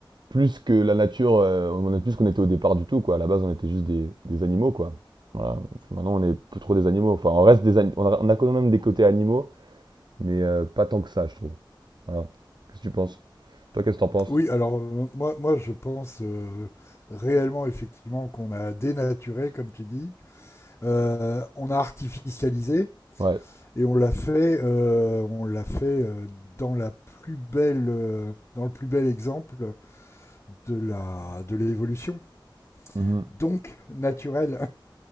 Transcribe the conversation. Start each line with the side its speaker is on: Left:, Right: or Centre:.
Right: plus que la nature, euh, on est plus qu'on était au départ du tout, quoi. À la base, on était juste des, des animaux, quoi. Voilà. Puis maintenant, on est plus trop des animaux. Enfin, on reste des, ani- on a, on a quand même des côtés animaux, mais euh, pas tant que ça, je trouve. Voilà. Qu'est-ce que tu penses? Toi, qu'est-ce que t'en penses?
Left: Oui, alors euh, moi, moi je pense euh, réellement effectivement qu'on a dénaturé, comme tu dis, Euh, on a artificialisé
Right: Ouais.
Left: et on l'a fait, euh, on l'a fait euh, dans la plus belle, euh, dans le plus bel exemple de la, de l'évolution.
Right: Mhm.
Left: Donc naturel,